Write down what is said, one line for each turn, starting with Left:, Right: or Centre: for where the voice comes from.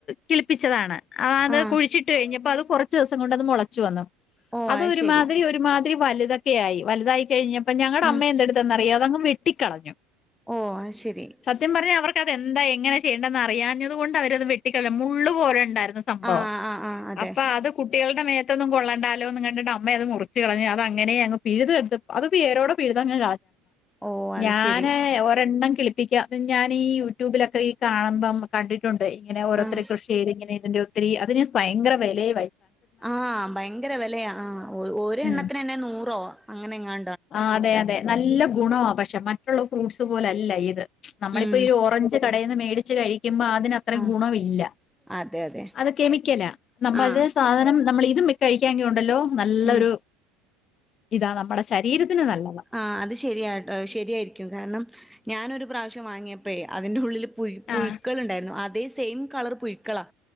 Left: കിളിപ്പിച്ചതാണ് അത്
Centre: ആഹ്
Left: കുഴിച്ചിട്ട് കഴിഞ്ഞപ്പോ അത് കുറച്ച് ദിവസം കൊണ്ട് അത് മുളച്ചു വന്നു
Centre: ഓ
Left: അത് ഒരുമാതിരി
Centre: ശരി
Left: വലുതൊക്കെ ആയി വലുതായി കഴിഞ്ഞപ്പ ഞങ്ങളുടെ
Centre: ഉം
Left: അമ്മ എന്തെടുത്തന്നറിയോ അതങ് വെട്ടിക്കളഞ്ഞു
Centre: ഓ ആ ശരി
Left: സത്യം പറഞ്ഞാൽ അവർക്കതെന്താ എങ്ങനെ ചെയ്യണ്ടെന്ന് അറിയഞ്ഞത് കൊണ്ട് അവരത് വെട്ടിക്കളഞു മുള്ള് പോലെ ഉണ്ടായിരുന്നു സംഭവം
Centre: ആഹ് ആഹ് ആഹ് അതെ
Left: അപ്പൊ അത് കുട്ടികളുടെ മേത്തൊ ഒന്നും കൊള്ളണ്ടാലോന്ന് കണ്ടിട്ട് അമ്മയ അത് മുറിച്ച കളഞ്ഞു അങ്ങനെ അങ് പിഴുതെടുത്ത് അത് പേരോടെ പിഴുതങ്
Centre: ഓ അത്
Left: ഞാന്
Centre: ശരി
Left: ഒരെണ്ണം ഞാൻ ഈ യൂട്യൂബിലൊക്കെ ഈ കാണുമ്പം കണ്ടിട്ടുണ്ട് ഇങ്ങനെ ഓരോരു
Centre: ആഹ്
Left: കൃഷിയിരി ഇങ്ങനെ ഇതിന്റെ അത് ഞാൻ ഭയങ്കര വിലയ
Centre: ആഹ ഭയങ്കര വിലയാ ആ ഒരു എണ്ണത്തിന്ന്നെ
Left: ഉം
Centre: നൂറോ അങ്ങനെങ്ങാ
Left: ആ അതെ നല്ല ഗുണമാണ് പക്ഷെ മറ്റുള്ള ഫ്രൂട്ട്സ് പോലല്ല ഇത് നമ്മളിപ്പോ
Centre: ഉം
Left: ഓറഞ്ച് കടയിൽന്ന് മേടിച്ചച്ച് കഴിക്കുമ്പോ അതിനത്ര
Centre: ആഹ്
Left: ഗുണമില്ല
Centre: അതെ അതെ
Left: അത് കെമിക്കലാ നമ്മ
Centre: ആഹ്
Left: അതി സാധനം നമ്മൾ ഇതും കഴിക്കാ ഉണ്ടല്ലോ നല്ലൊരു
Centre: ഉം
Left: ഇതാ നമ്മുടെ ശരീരത്തിന് നല്ലതാണ്.
Centre: ആ അത് ശരിയ ശരിയായിരിക്കും കാരണം ഞാനൊരു പ്രാവശ്യം വാങ്ങിയപ്പോ അതിന്റെറെ ഉള്ളിൽ പുഴുക്കൾ
Left: ആഹ്
Centre: ഉണ്ടായിരുന്നു അതേ സെയിം കളർ പുഴുക്കളാ